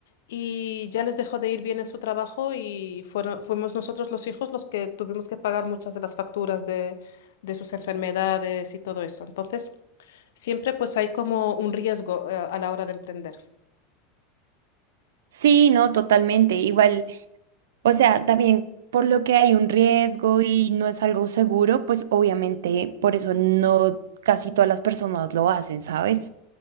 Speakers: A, on the left; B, on the right.
A: y ya les dejó de ir bien en su trabajo y fueron, fuimos nosotros los hijos los que tuvimos que pagar muchas de las facturas de, de sus enfermedades y todo eso. Entonces, siempre pues hay como un riesgo eh, a la hora de emprender.
B: Sí, no, totalmente. Igual. O sea, también por lo que hay un riesgo y no es algo seguro, pues obviamente por eso no casi todas las personas lo hacen, ¿sabes?